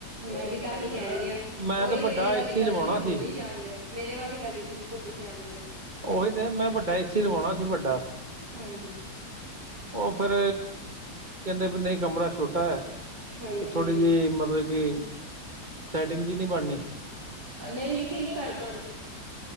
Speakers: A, on the right (about 60°); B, on the right (about 25°).
A: ਮੈਂ ਵੀ ਤਾਂ ਇਹੀ ਕਹਿਣਦੀ ਹਾਂ
B: ਮੈਂ
A: ਉਹੀ
B: ਤਾਂ ਵੱਡਾ
A: ਮੇਰੇ ਵਾਲੀ
B: ਏਸੀ
A: ਗੱਲ
B: ਲਵਾਉਣਾ
A: ਤੁਸੀਂ ਬੋਲੀ
B: ਸੀ।
A: ਜਾਣਦੇ ਹੋ ਮੇਰੇ ਵਾਲੀ ਗੱਲ ਹੀ ਤੁਸੀਂ ਬੋਲੀ ਜਾਣਦੇ ਹੋ
B: ਉਹੀ ਤੇ ਮੈਂ ਵੱਡਾ ਏਸੀ ਲਵਾਉਣਾ ਸੀ ਵੱਡਾ
A: ਹਾਂਜੀ
B: ਉਹ ਫਿਰ ਕਹਿੰਦੇ ਵੀ ਨਹੀਂ ਕਮਰਾ ਛੋਟਾ ਹੈ
A: ਹਾਂਜੀ ਹਾਂਜੀ
B: ਥੋੜ੍ਹੀ ਜਿਹੀ ਮਤਲਬ ਕਿ ਸੈਟਿੰਗ ਜੀ ਨਹੀਂ ਬਣਨੀ
A: ਨਹੀਂ ਨਹੀਂ ਠੀਕ <unintelligible> ਡਰ